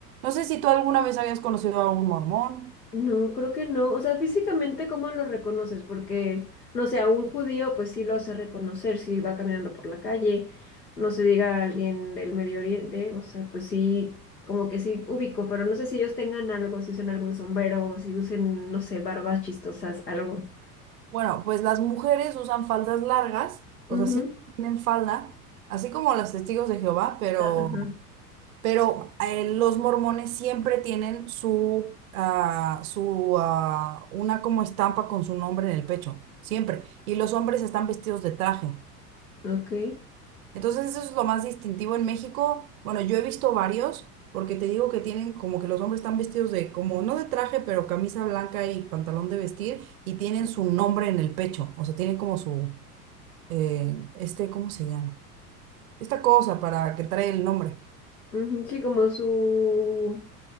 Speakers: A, on the right; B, on the left.
A: No sé si tú alguna vez habías conocido a algún mormón.
B: No, creo que no. O sea, físicamente, ¿cómo lo reconoces? Porque, no sé, a un judío, pues sí lo hace reconocer si va caminando por la calle. No se diga a alguien del Medio Oriente. O sea, pues sí, como que sí ubico, pero no sé si ellos tengan algo, si usan algún sombrero o si usen, no sé, barbas chistosas, algo.
A: Bueno, pues las mujeres usan faldas largas, o
B: Ujú,
A: sea, sí tienen falda, así como los testigos de Jehová, pero,
B: Ajá.
A: pero eh, los mormones siempre tienen su, ah, su, ah, una como estampa con su nombre en el pecho, siempre. Y los hombres están vestidos de traje.
B: Ok.
A: Entonces eso es lo más distintivo en México. Bueno, yo he visto varios, porque te digo que tienen como que los hombres están vestidos de como, no de traje, pero camisa blanca y pantalón de vestir, y tienen su nombre en el pecho, o sea, tienen como su, eh, este, ¿cómo se llama? Esta cosa para que trae el nombre.
B: Ujú, Sí, como su,